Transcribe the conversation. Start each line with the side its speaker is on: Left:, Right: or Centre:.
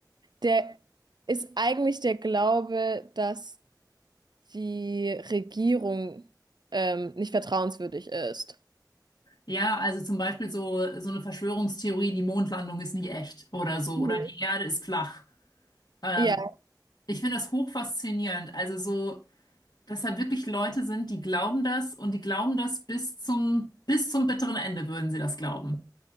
Right: der ist eigentlich der Glaube, dass die Regierung ähm, nicht vertrauenswürdig ist.
Left: Ja, also zum Beispiel so, so eine Verschwörungstheorie, die Mondlandung ist nicht echt oder so,
Right: Mhm.
Left: oder die Erde ist flach. Ähm,
Right: Ja,
Left: ich finde das hochfaszinierend. Also so, dass da wirklich Leute sind, die glauben das und die glauben das bis zum, bis zum bitteren Ende würden sie das glauben.